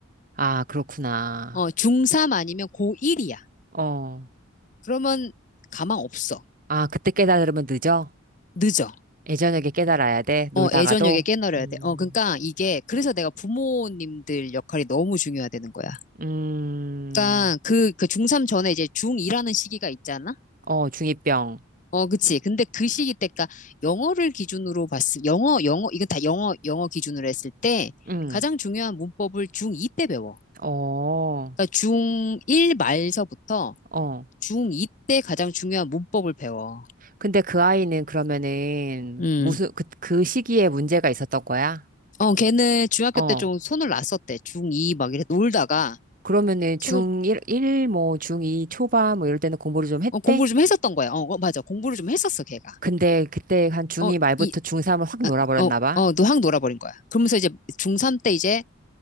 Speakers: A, on the right; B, on the left.
A: 아, 그렇구나.
B: 어, 중3 아니면 고1이야.
A: 어.
B: 그러면 가망 없어.
A: 아, 그때 깨달으면 늦어?
B: 늦어.
A: 예전에게 깨달아야 돼?
B: 어,
A: 놀다가도?
B: 애저녁에 깨너려야
A: 음,
B: 돼. 어, 그러니까 이게, 그래서 내가 부모님들 역할이 너무 중요하다는 거야.
A: 음,
B: 그러니까 그, 그 중3 전에 이제 중2라는 시기가 있잖아?
A: 어, 중이병.
B: 어, 그치. 근데 그 시기 때가 영어를 기준으로 봤을, 영어, 영어, 이건 다 영어, 영어 기준으로 했을 때
A: 음,
B: 가장 중요한 문법을 중2 때 배워.
A: 어,
B: 그러니까 중1 말서부터
A: 어.
B: 중2 때 가장 중요한 문법을 배워.
A: 근데 그 아이는 그러면은
B: 음.
A: 무슨, 그, 그 시기에 문제가 있었던 거야?
B: 어, 걔는 중학교
A: 어.
B: 때 좀 손을 놨었대. 중2 막 이래 놀다가
A: 그러면은
B: 손을,
A: 중1, 일 뭐, 중2 초반 뭐 이럴 때는 공부를 좀 했대?
B: 어, 공부를 좀 했었던 거야. 어, 어, 맞아. 공부를 좀 했었어, 걔가.
A: 근데 그때 한 중2
B: 어,
A: 말부터
B: 이,
A: 중3을 확
B: 아,
A: 놀아버렸나
B: 어,
A: 봐.
B: 어, 너 확 놀아버린 거야. 그러면서 이제 중3 때 이제,